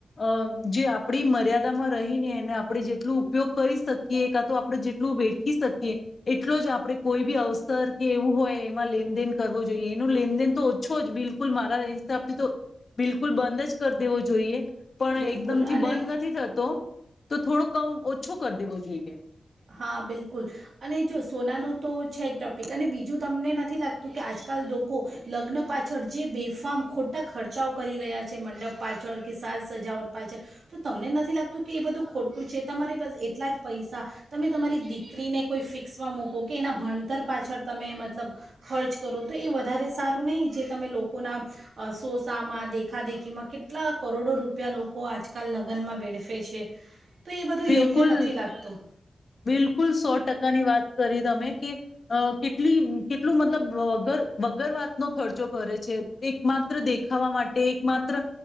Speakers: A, on the left; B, on the right.
A: અ જે આપણી મર્યાદામાં રહીને એને આપણે જેટલો ઉપયોગ કરી શકીએ એ કા તો આપડણે જેટલું વેઠી શકીએ એટલો જ આપણેે કોઈ બી અવસર કે એવું હોય એમાં લેનદેન કરવો જોઈએ એનો લેનદેન તો ઓછો જ બિલકુલ મારા હિસાબથી તો બિલકુલ બંધ જ કરી દેવો જોઈએ પણ
B: બિલકુલ.
A: એકદમથી
B: અને
A: બંધ નથી થતો તો થોડો કમ ઓછો કરી દેવો જોઈએ
B: હા બિલકુલ અને જો સોનાનું તો છે જ ટોપિક અને બીજું જો તમને નથી લાગતું કે આજકાલ લોકો લગ્ન પાછળ જે બેફામ ખોટા ખર્ચાઓ કરી રહ્યા છે મંડપ પાછળ કે સાજ સજાવટ પાછળ તો તમને નથી લાગતું કે એ બધું ખોટું છે તમારી પાસે એટલા જ પૈસા તમે તમારી દીકરીને કોઈ ફિક્સમાં મકો કે એના ભણતર પાછળ તમે મતલબ ખર્ચ કરો તો એ વધારે સારું નહીં જે તમે લોકોના સોસામાં દેખાદેખીમાં કેટલા કરોડો રૂપિયા લોકો આજકાલ લગ્નમાં વેડફે છે તો એ બધું
A: બિલકુલ
B: યોગ્ય નથી લાગતું
A: બિલકુલ સો ટકાની વાત કરી તમે કે અ કેટલી કેટલું મતલબ વગર વગર વાત નો ખર્ચો કરે છે એક માત્ર દેખાવા માટે એક માત્ર